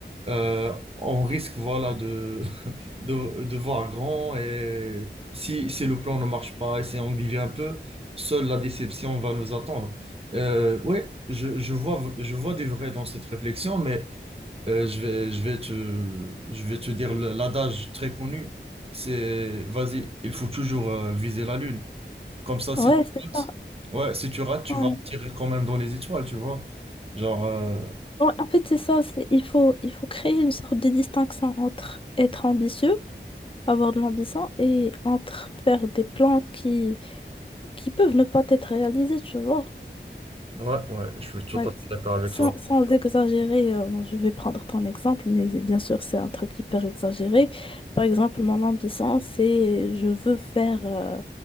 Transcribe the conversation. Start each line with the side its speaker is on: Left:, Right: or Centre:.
Right: euh, on risque voilà de, <laughs> de, de voir grand et si, si le plan ne marche pas et si on divise un peu, seule la déception va nous attendre. Euh, oui, je, je vois, je vois des vrais dans cette réflexion, mais euh, je vais, je vais te, je vais te dire le- l'adage très connu, c'est vas-y, il faut toujours euh, viser la lune. Comme ça,
Left: Ouais,
Right: si tu
Left: c'est
Right: rates,
Left: ça.
Right: ouais, si tu rates, tu
Left: Ouais.
Right: vas tirer quand même dans les étoiles, tu vois. Genre, euh,
Left: Ouais, en fait, c'est ça. c'est- Il faut, il faut créer une sorte de distinction entre être ambitieux, avoir de l'ambition, et entre faire des plans qui, qui peuvent ne pas être réalisées, tu vois.
Right: Ouais, ouais, je suis tout
Left: Ouais,
Right: à fait d'accord avec
Left: Sans,
Right: toi.
Left: sans exagérer, euh, je vais prendre ton exemple, mais bien sûr, c'est un truc hyper exagéré. Par exemple, mon ambition, c'est je veux faire euh,